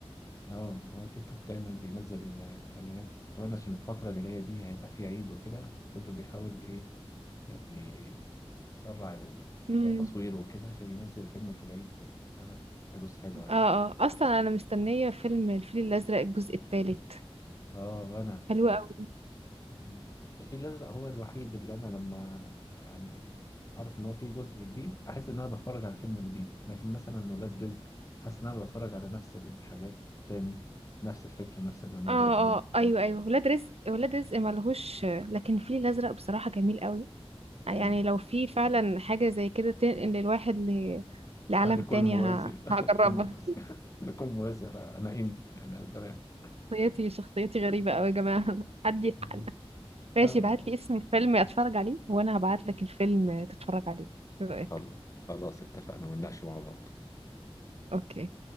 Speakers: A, on the left; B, on the right.
A: اه على تيك توك دايما بينزل اعلانات كمان عشان الفترة اللي جاية دي هيبقى فيه عيد وكده كله بيحاول ايه يعني يسرع
B: امم
A: التصوير وكده عشان ينزل فيلم في العيد يعمل فلوس حلوة
B: اه
A: يعني
B: اه اصلا انا مستنيه فيلم الفيل الازرق الجزء الثالث
A: اه وانا
B: حلو قوي
A: مم. الفيل الأزرق هو الوحيد اللي أنا لما يعني أعرف إن هو فيه جزء جديد أحس إن أنا بتفرج على فيلم جديد لكن مثلا ولاد رزق حاسس إن أنا بتفرج على نفس الحاجات تاني نفس الفكرة نفس اللي هما
B: اه
A: بيعملوه
B: اه ايوه ايوه ولاد رزق ولاد رزق ملهوش لكن الفيل الازرق بصراحه جميل قوي يعني
A: يعني
B: لو في فعلا حاجة زي كده تنقل الواحد ل... لعالم
A: هل يكون
B: تاني
A: موازي
B: ه...
A: <laughs>
B: هجربها
A: هل يكون موازي
B: <laughs>
A: <laughs> هل يكون موازي أنا أنا إن يعني أنا تمام
B: شخصيتي شخصيتي غريبة أوي يا جماعة <laughs> حد
A: <laughs>
B: حد ماشي
A: آه،
B: ابعت لي اسم الفيلم اتفرج عليه وانا هبعت لك الفيلم تتفرج عليه ايه رأيك
A: خلاص خلاص اتفقنا ونناقش مع بعض
B: اوكي